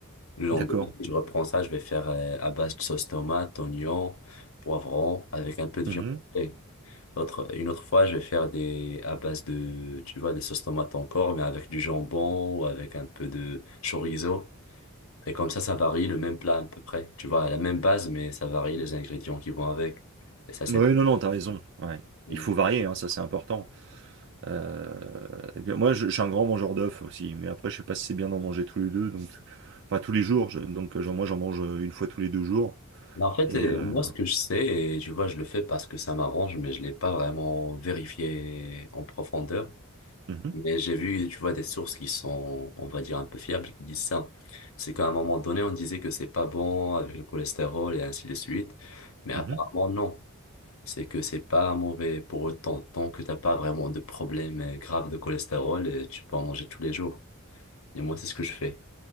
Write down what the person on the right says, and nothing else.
D'accord.
Mhm.
Oui, non, non, t'as raison. Ouais.
Il faut varier, hein, ça c'est important. Euh, et bien, moi, je, je suis un grand mangeur d'œufs aussi, mais après, je sais pas si c'est bien d'en manger tous les deux, donc enfin tous les jours. je- donc, genre, moi, j'en mange euh, une fois tous les deux jours.
Et
euh,
mhm,
mhm.